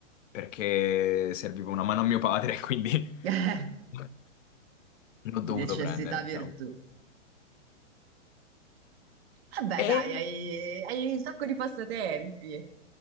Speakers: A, on the left; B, on the right.
A: perché serviva una mano a mio padre, quindi
B: <laughs>
A: <laughs> l'ho dovuto
B: di necessità
A: prendere, diciamo.
B: virtù. Vabbè,
A: E
B: dai, hai, hai un sacco di passatempi.